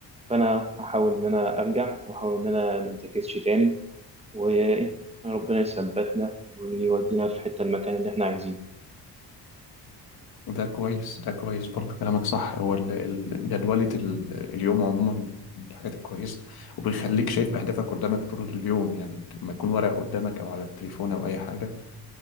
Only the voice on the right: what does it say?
فانا هحاول ان انا ارجع واحاول ان انا ما انتكسش تاني وربنا يثبتنا ويودينا في الحته المكان اللي احنا عايزينه